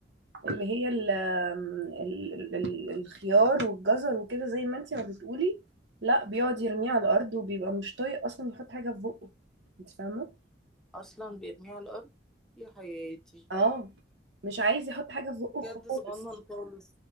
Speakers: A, on the right; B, in the centre.
A: اللي هي ال ال ال ال- الخيار والجزر وكده زي ما انتي ما بتقولي لا بيقعد يرميه على الارض وبيبقى مش طايق اصلا يحط حاجه في بقه انت فاهمه
B: اصلا بيرميها على الارض يا حياتي
A: اه مش عايز يحط حاجه في بقه
B: بجد
A: خالص
B: صغنن خالص